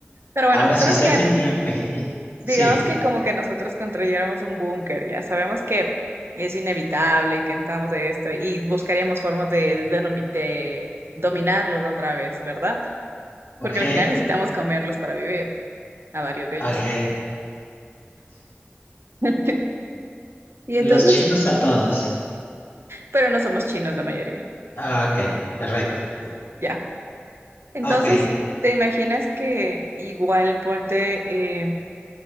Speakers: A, on the right (about 70°); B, on the left (about 60°).
A: Pero bueno,
B: Ahora sí
A: ¿sabes
B: se
A: qué?
B: hacen, imagi-
A: Digamos
B: sí,
A: que como que nosotros construyéramos un búnker, ya sabemos que es inevitable que entramos de esto y buscaríamos formas de, de denomi- de dominarlos otra vez, ¿verdad?
B: ok,
A: Porque al final necesitamos comerlos para vivir, a varios de ellos.
B: ok.
A: <laughs> Y
B: Los
A: entonces,
B: chinos a todos.
A: pero no somos chinos la mayoría,
B: Ah, ok, perfecto.
A: ya. Entonces,
B: Ok,
A: ¿te imaginas que igual ponte... eh,